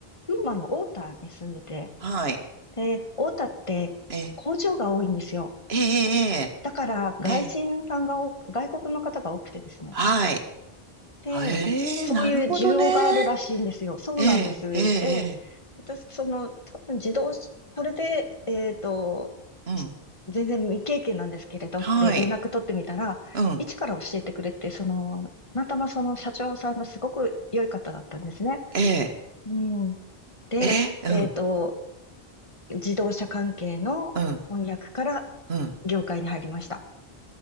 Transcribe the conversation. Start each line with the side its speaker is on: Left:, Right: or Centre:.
Left: 群馬の太田に住んでて、
Right: はい。
Left: で、太田って工場が多いんですよ。
Right: ええ、ええ、
Left: だから、外人さんが多く、
Right: ええ、ええ
Left: 外国の方が多くてですね。
Right: はい。
Left: で、
Right: ええ、
Left: そういう需要があるらしいんですよ。
Right: なるほどね。
Left: そうなんです。
Right: ええ、ええ、
Left: で、私、その、多分自動し、それで、えっと、
Right: ええうん。
Left: し全然未経験なんですけれどって連絡取ってみたら、
Right: はい。うん。
Left: 一から教えてくれて、その、たまたまその社長さんがすごく良い方だったんですね。
Right: ええ、
Left: うん。で、
Right: ええ、
Left: えっと、
Right: うん。
Left: 自動車関係の翻訳から
Right: うん、うん。
Left: 業界に入りました。